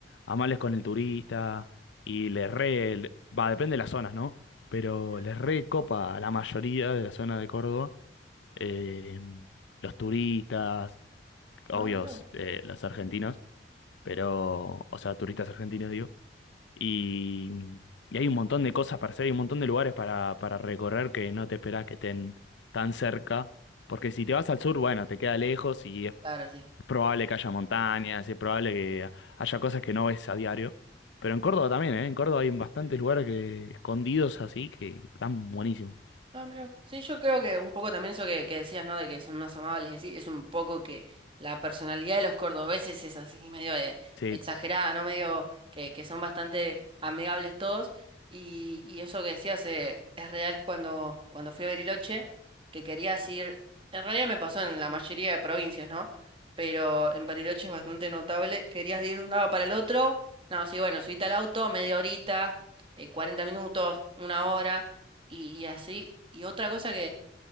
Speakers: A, on the left; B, on the right.
A: amables con el turista y les re, le- va, depende de las zonas, ¿no? Pero
B: Pero
A: les
B: sí.
A: re copa a la mayoría de la zona de Córdoba, eh, los turistas obvios,
B: No, mira vos.
A: eh, los argentinos, pero, o sea, turistas argentinos, digo. Y, y hay un montón de cosas para hacer, hay un montón de lugares para, para recorrer que no te esperás que estén tan cerca, porque si te vas al sur, bueno, te queda lejos y es
B: Claro, sí.
A: probable que haya montañas, es probable que haya cosas que no ves a diario. Pero en Córdoba también, ¿eh? En Córdoba hay bastantes lugares que, escondidos así que están buenísimos.
B: Ah, mira. Sí, yo creo que un poco también eso que, que decías, ¿no? De que son más amables y así, es un poco que la personalidad de los cordobeses es así, medio de-
A: Sí,
B: exagerada, ¿no? Medio que, que son bastante amigables todos. Y, y eso que decías eh, es real cuando, cuando fui a Bariloche, que querías ir. En realidad me pasó en la mayoría de provincias, ¿no? Pero en Bariloche es bastante notable. Querías de ir de un lado para el otro. No, sí, bueno, subiste al auto, media horita, eh, 40 minutos, una hora y, y así. Y otra cosa que